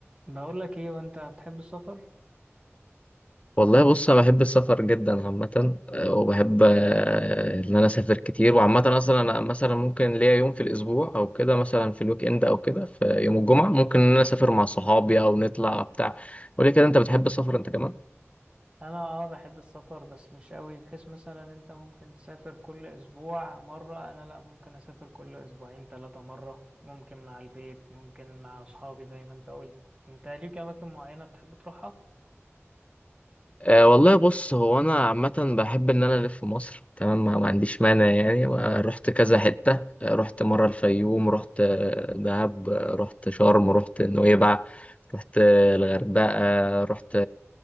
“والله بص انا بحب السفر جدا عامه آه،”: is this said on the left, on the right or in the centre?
Left